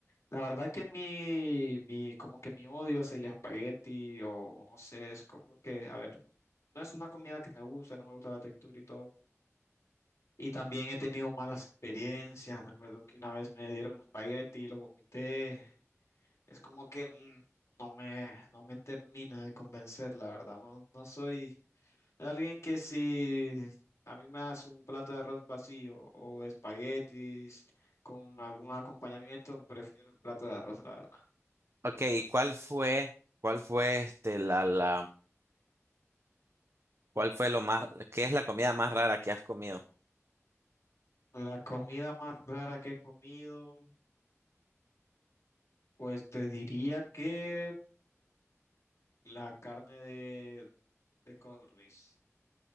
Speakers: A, on the left; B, on the right.
A: la verdad que mi, mi como que mi odio hacia el espagueti o, o no sé, es como que, a ver, no es una comida que me gusta, no me gusta la textura y todo y también he tenido malas experiencias. Recuerdo que una vez me dieron espagueti y lo vomité. Es como que mm, no me, no me termina de convencer, la verdad. No, no soy alguien que si a mí me das un plato de arroz vacío o espaguetis con algún acompañamiento, prefiero el plato de arroz, la verdad.
B: Ok, ¿y cuál fue, cuál fue este, la, la, cuál fue lo más, qué es la comida más rara que has comido?
A: La comida más rara que he comido, pues te diría que la carne de, de codorniz.